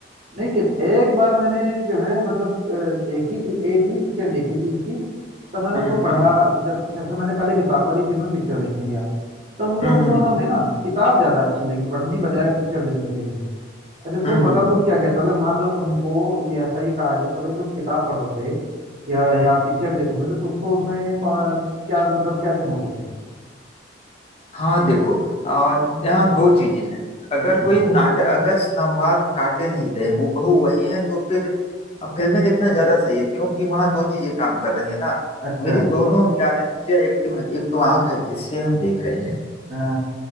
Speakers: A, on the right; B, on the left.
A: नहीं कि एक बार मैंने जो है मतलब अ, देखी थी एक ही पिक्चर देखी थी इसकी तो मैंने
B: हम्म
A: उसको पढ़ा
B: हम्म
A: जब जैसे मैंने पहले किताब पढ़ी फिर मैं पिक्चर देखने गया तो मुझे
B: हम्म
A: उन
B: हम्म,
A: दोनों
B: हम्म।
A: में ना किताब ज्यादा अच्छी लगी पढ़ने बजाय पिक्चर देखने के लिए अच्छा तुम
B: हम्म
A: बताओ
B: हम्म,
A: तुम क्या कहते हो अगर मान लो तुमको ये ऐसा ही कहा जाए कि भाई तुम किताब पढ़ोगे या या पिक्चर देखोगे तो तुमको उसमें कौन- क्या मतलब क्या चुनोगे तुम
B: हाँ देखो आ, यहाँ दो चीजें हैं अगर
A: हाँ,
B: कोई नाटक अगर संवाद काटे नहीं गए हूबहू वही है तो फिर अ, फिल्में देखना ज्यादा सही है क्योंकि वहाँ दो चीजें काम कर रही है ना
A: अच्छा
B: मेरी दोनों ज्ञानेंद्रियां एक्टिव है एक तो आंख है जिससे हम देख रहे हैं
A: हाँ,